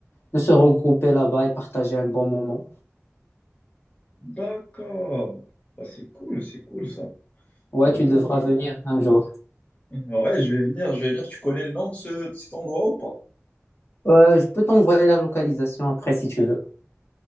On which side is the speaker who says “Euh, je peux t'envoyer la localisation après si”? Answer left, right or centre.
Left